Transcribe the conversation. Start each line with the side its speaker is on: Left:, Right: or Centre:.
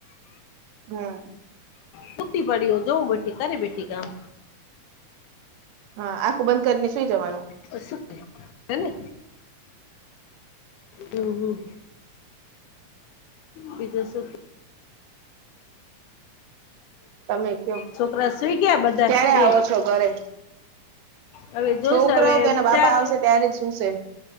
Right: હમ્મ
Left: સુતી પડી હોવ જોવું બેઠી કરે બેઠી કામ
Right: હા આખું બંધ કરીને સુઈ જવાનું
Left: તો શું કે હેને હમ્મ હમ્મ બીજ શું કે
Right: તમે કયો
Left: છોકરા સુઈ ગયા બધાય
Right: ક્યારે
Left: બે
Right: આવો છો ઘરે
Left: હવે જોઈશ
Right: છોકરાઓ
Left: હવે
Right: તો એના
Left: વિચાર
Right: બાપા આવશે ત્યારે શું છે